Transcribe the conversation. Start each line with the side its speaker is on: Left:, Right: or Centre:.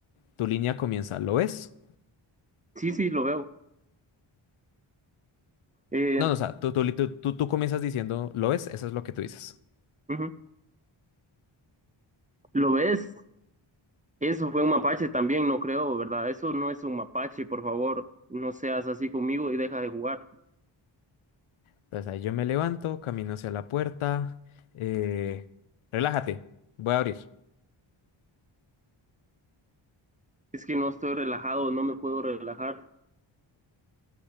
Left: tu línea comienza, ¿lo ves?
Right: Sí, sí, lo veo. Eh,
Left: No, no, o sea, tú, tú, tú, tú- tú comienzas diciendo, ¿lo ves? Eso es lo que tú dices.
Right: ujú. ¿Lo ves? Eso fue un mapache también, no creo, ¿verdad? Eso no es un mapache, por favor, no seas así conmigo y deja de jugar.
Left: Entonces ahí yo me levanto, camino hacia la puerta, eh, relájate, voy a abrir.
Right: Es que no estoy relajado, no me puedo relajar.